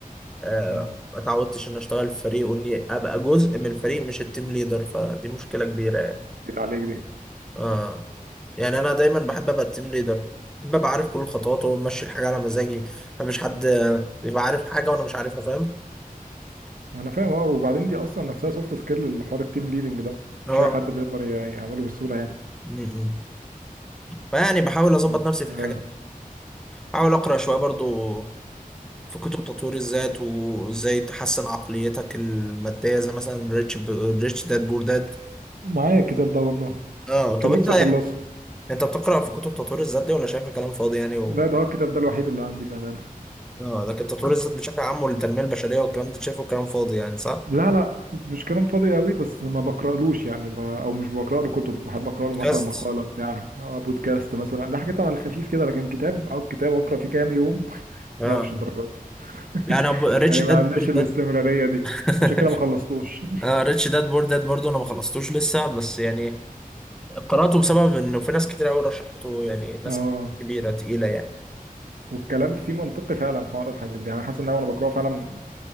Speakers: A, in the centre; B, on the right.
A: آه،
B: اه
A: ما اتعودتش ان اشتغل في فريق واني ابقى جزء من الفريق مش التيم ليدر فدي مشكله كبيره يعني
B: جيت عليك دي
A: اه يعني انا دايما بحب ابقى التيم ليدر ببقى عارف كل الخطوات وماشي الحاجه على مزاجي مفيش حد آه، يبقى عارف حاجه وانا مش عارفها فاهم
B: انا فاهم اه وبعدين دي اصلا نفسها سوفت سكيل الحوار التيم ليدنج ده
A: اه
B: مش اي حد بيقدر ي- يعمله بسهولة يعني
A: م- م. فيعني بحاول اظبط
B: بس
A: نفسي في
B: آه
A: الحاجات بحاول اقرا شويه برضو في كتب تطوير الذات وازاي تحسن عقليتك المادية زي مثلا ريتش ب... ريتش داد بور داد
B: معايا الكتاب ده والله
A: اه طب
B: كان نفسي
A: انت يعني
B: اخلصه
A: انت بتقرأ في كتب تطوير الذات دي ولا شايفها كلام فاضي يعني و...
B: لا ده هو الكتاب ده الوحيد اللي عندي بأمانة
A: اه لكن تطوير الذات بشكل عام والتنمية البشرية والكلام ده شايفه كلام فاضي يعني صح؟
B: لا لا مش كلام فاضي قوي بس ما بقرألوش يعني ب... او مش بقرأ له كتب بحب أقرأ له
A: بودكاست
B: مثلا مقالة بتاع أو بودكاست مثلا ده حاجات على الخفيف كده لكن كتاب او كتاب أقرأ فيه كام يوم <laughs>
A: اه
B: لا مش الدرجات <laughs> دي.
A: يعني أبو- ريتش
B: يعني
A: داد
B: ما عندناش
A: بور
B: الاستمرارية
A: داد
B: دي
A: <laughs>
B: عشان كده ما خلصتوش
A: اه ريتش داد بور داد برضه انا ما خلصتوش لسه بس يعني قرأته بسبب انه في ناس كتير قوي رشحته يعني
B: <laughs>
A: ناس
B: اه
A: كبيرة تقيلة يعني
B: والكلام فيه منطقي فعلا حوار الحاجات دي يعني حاسس ان انا وانا بقراه فعلا